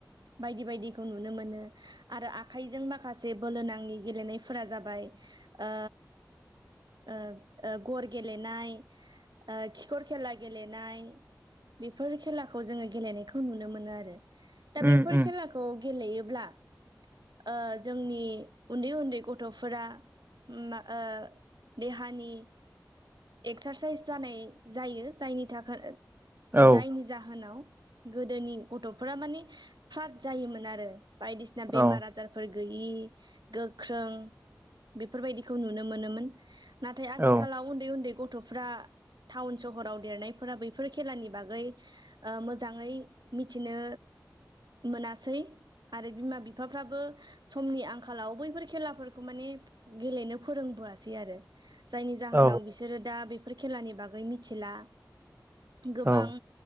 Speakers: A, on the right; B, on the right.
A: बायदि बायदिखौ नुनो मोनो आरो आखाइजों माखासे बोलो नाङि गेलेनायफोरा जाबाय ओ ओ ओ गर गेलेनाय खिखर खेला गेलेनाय बेफोर खेलाखौ जोङो गेलेनायखौ नुनो मोनो आरो। दा
B: उम
A: बेफोर
B: उम
A: खेलाखौ। गेलेयोब्ला ओ जोंनि उन्दै उन्दै गथफोरा मा ओ देहानि एकसारसाइस जानाय जायो जायनि थाखाय।
B: औ
A: जायनि जाहोनाव। गोदोनि गथ'फोरा माने फ्राद जायोमोन आरो। बायदिसिना बेमार
B: औ
A: आजारफोर गैयि गोख्रों बेफोरबायदिखौ नुनो मोनोमोन। नाथाय आथिखालाव
B: औ
A: उन्दै उन्दै ग गथ'फ्रा टाउन सहराव देरनायफोरा बैफोर खेलानि बागै ओ मोजाङै मिथिनो मोनासै आरो बिमा बिफाफ्राबो समनि आंखालाव बैफोर खेलाफोरखौ माने गेलेनो फोरोंबोआसै आरो। जायनि जाहोनाव
B: औ
A: बिसोरो दा बे फोर खेलानि बागै मिथिला। गोबां
B: औ